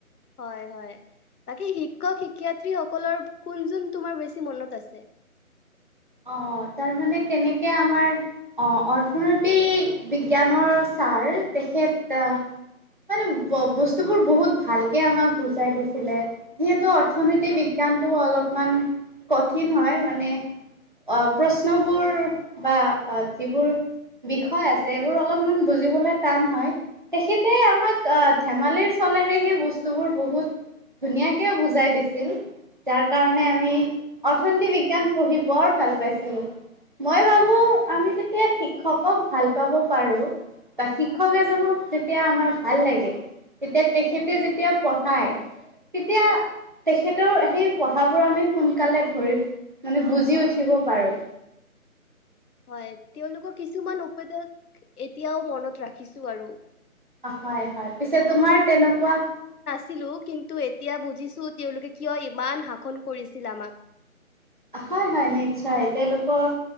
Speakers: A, on the left; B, on the right.
A: হয়, হয় বাকী শিক্ষক শিক্ষয়ত্ৰী সকলৰ কোন যোন তোমাৰ বেছি মনত আছে।
B: অ', তাৰমানে তেনেকে আমাৰ অ', অৰ্থনৈতিক বিজ্ঞানৰ ছাৰ তেখেত মানে বস্তুবোৰ বহুত ভালকে আমাক বুজাই দিছিলে যিহেতু অৰ্থনীতি বিজ্ঞান গানটো অলপমান কঠিন হয় মানে অ', প্ৰশ্নবোৰ বা যিবোৰ বিষয় আছে সেবোৰ অলপমান বুজিবলে টান হয়। তেখেতে আমাক আহ ধেমালিৰ চলেৰে সেই বস্তুবোৰ বহুত ধুনীয়াকে বুজাই দিছিল যাৰ কাৰণে আমি অৰ্থনীতি বিজ্ঞান পঢ়ি বৰ ভাল পাইছিলোঁ। মই ভাবোঁ আমি যেতিয়া শিক্ষকক ভাল পাব পাৰোঁ। বা শিক্ষক এজনক যেতিয়া আমাৰ ভাল লাগে তেতিয়া তেখেতে
A: উম।
B: যেতিয়া পঢ়ায় তেতিয়া তেখেতৰ সেই পঢ়াবোৰ আমি সোনকালে ধৰি মানে বুজ জি উঠিব পাৰোঁ।
A: হয় তেওঁলোকৰ কিছুমান উপদেশ এতিয়াও মনত ৰাখিছো আৰু।
B: অ হয় হয় পিছে তোমাৰ তেনেকুৱা
A: ছিলো কিন্তু এতিয়া বুজিছো তেওঁলোকে কিয় ইমান শাসন কৰিছিল আমাক।
B: হয় হয় নিশ্চয় তেওঁলোকৰ